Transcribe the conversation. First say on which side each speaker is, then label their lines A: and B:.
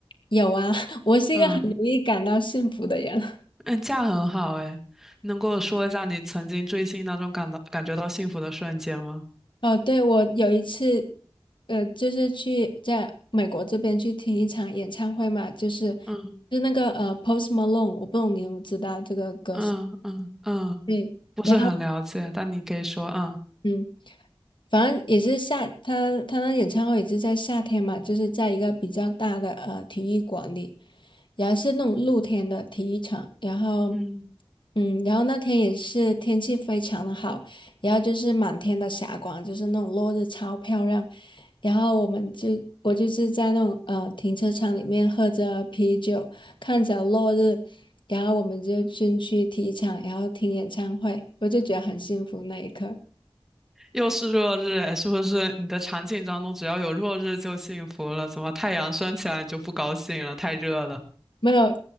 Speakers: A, on the left; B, in the centre.
A: 有啊，<laughs> 我是一个很容易感到幸福的人。
B: 嗯嗯，这样很好诶，能跟我说一下你曾经追星当中感到感觉到幸福的瞬间吗？
A: <laughs> 哦，对，我有一次，呃，就是去在美国这边去听一场演唱会嘛，就是
B: 嗯
A: 就是那个呃 Post Malone，我不懂你有没有知道这个歌手。
B: 嗯嗯嗯，
A: 对，
B: 不是很了解，
A: 然后
B: 但你可以说啊
A: 嗯，反正也是夏，他他那演唱会也是在夏天嘛，就是在一个比较大的呃体育馆里。然后是那种露天的体育场，然后，
B: 嗯，
A: 嗯，然后那天也是天气非常的好，然后就是满天的霞光，就是那种落日超漂亮，然后我们就我就是在那种呃停车场里面喝着啤酒，看着落日，然后我们就进去体育场，然后听演唱会，我就觉得很幸福那一刻，
B: 又是落日诶，是不是你的场景当中只要有落日就幸福了？怎么太阳升起来你就不高兴了？太热了。
A: 没有，